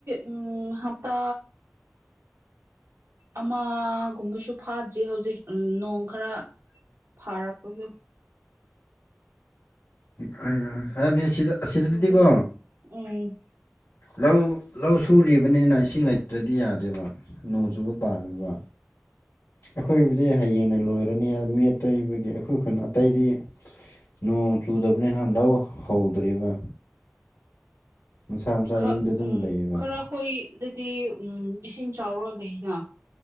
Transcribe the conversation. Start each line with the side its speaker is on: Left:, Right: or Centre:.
Right: ꯎꯝ ꯍꯞꯇꯥ ꯑꯃꯒꯨꯝꯕꯁꯨ ꯐꯥꯗ꯭ꯔꯤ ꯍꯧꯖꯤꯛ ꯎꯝ ꯅꯣꯡ ꯈꯔ ꯐꯥꯔꯛꯄꯖꯨ
Left: <unintelligible> ꯍꯥꯏꯗꯤ ꯁꯤꯗ ꯑꯁꯤꯗꯗꯤꯗꯤꯀꯣ
Right: ꯆꯨꯔꯒ ꯎꯝ
Left: ꯂꯧ ꯂꯧ ꯁꯨꯔꯤꯕꯅꯤꯅ ꯏꯁꯤꯡ ꯂꯩꯇ꯭ꯔꯗꯤ ꯌꯥꯗꯦꯕ ꯅꯣꯡ ꯆꯨꯕ ꯄꯥꯝꯃꯤꯕ ꯑꯩꯈꯣꯏꯕꯨꯗꯤ ꯍꯌꯦꯡꯅ ꯂꯣꯏꯔꯅꯤ ꯃꯤ ꯑꯇꯩꯕꯒꯤ ꯑꯩꯈꯣꯏ ꯈꯨꯟ ꯑꯇꯩꯗꯤ ꯅꯣꯡ ꯆꯨꯗꯕꯅꯤꯅ ꯂꯧ ꯍꯧꯗ꯭ꯔꯤꯕ ꯃꯁꯥ ꯃꯁꯥ
Right: ꯈ
Left: ꯌꯨꯝꯗ ꯑꯗꯨꯝ
Right: ꯎꯝ
Left: ꯂꯩꯕ
Right: ꯈꯔ ꯍꯣꯏ ꯑꯗꯨꯗꯤ ꯎꯝ ꯏꯁꯤꯡ ꯆꯥꯎꯔ ꯂꯩꯅ